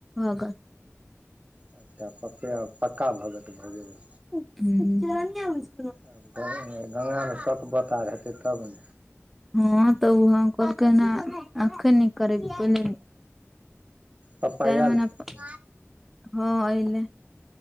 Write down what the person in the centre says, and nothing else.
भगत।
<unintelligible>
हँ तऽ ओह कहलकै ह एखन न करेब पहिने <inaudible>
चार
महिना
पर <inaudible> हँ अलैय।